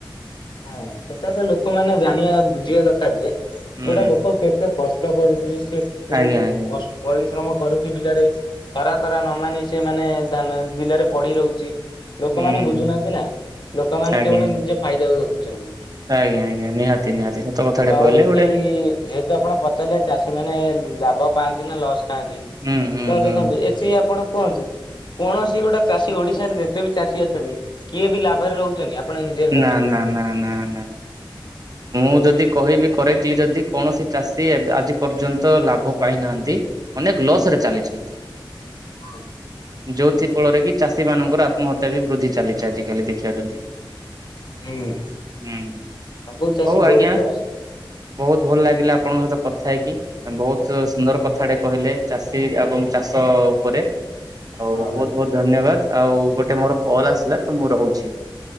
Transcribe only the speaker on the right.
ହୁଁ
ଆଜ୍ଞା ଆଜ୍ଞା ହୁଁ
ହୁଁ
ଆଜ୍ଞା
ଆଜ୍ଞା
ଆଜ୍ଞା ଆଜ୍ଞା ନିହାତି ନିହାତି ସତ କଥାଟେ
କହିଲେ
ଗୋଟେ
ହୁଁ ହୁଁ ହୁଁ
ନା ନା ନା ନା ନା ମୁଁ ଯଦି କହିବି କରେକ୍ଟଲି ଯଦି କୌଣସି ଚାଷୀ, ଆଜି ପର୍ଯ୍ୟନ୍ତ ଲାଭ ପାଇନାହାନ୍ତି। ଅନେକ ଲସ୍ ରେ ଚାଲିଛନ୍ତି।
ଯୋଉଥି ଫଳରେ କି ଚାଷୀ ମାନଙ୍କର ଆତ୍ମହତ୍ୟା ବି ବୃଦ୍ଧି ଚାଲିଛି ଆଜିକାଲି ଦେଖିବା ଯଦି।
ହୁଁ
ହଉ ଆଜ୍ଞା
ବହୁତ ଭଲ ଲାଗିଲା ଆପଣଙ୍କ ସହିତ କଥା ହେଇକି। ବହୁତ ସୁନ୍ଦର କଥାଟେ କହିଲେ ଚାଷୀ ଏବଂ ଚାଷ ଉପରେ। ଆଉ
ବହୁତ
ବହୁତ ଧନ୍ୟବାଦ, ଆଉ ଗୋଟେ ମୋର କଲ୍ ଆସିଲା ତ ମୁଁ ରହୁଛି।